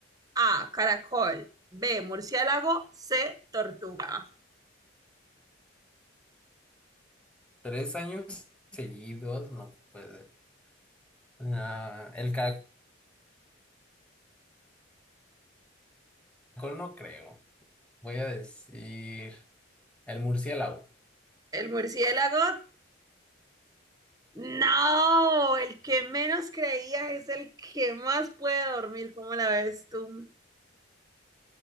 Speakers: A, on the right; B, in the centre.
A: A, caracol, B, murciélago, C, tortuga.
B: tres años seguidos, no puede. ser. Ah, el caracol no creo. Voy a decir. El murciélago.
A: El murciélago, no, el que menos creía es el que más puede dormir, ¿cómo la ves tú?